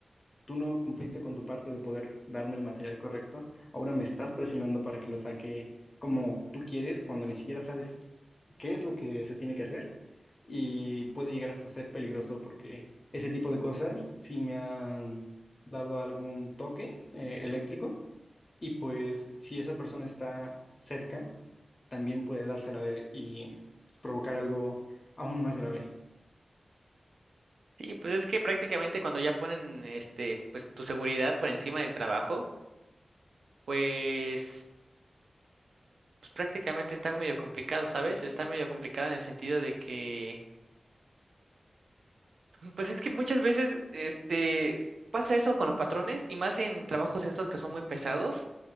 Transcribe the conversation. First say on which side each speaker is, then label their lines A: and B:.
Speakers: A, on the left; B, on the right.
A: tú no cumpliste con tu parte de poder darme el material correcto, ahora me estás presionando para que lo saque como tú quieres, cuando ni siquiera sabes qué es lo que se tiene que hacer y puede llegar hasta ser peligroso porque ese tipo de cosas sí me han dado algún toque eh, eléctrico y pues si esa persona está cerca, también puede dársela a él y provocar algo aún más grave.
B: Sí, pues es que prácticamente cuando ya ponen este, pues tu seguridad por encima del trabajo, pues, pues prácticamente está medio complicado, ¿sabes? Está medio complicado en el sentido de que, pues es que muchas veces este pasa eso con los patrones y más en trabajos estos que son muy pesados,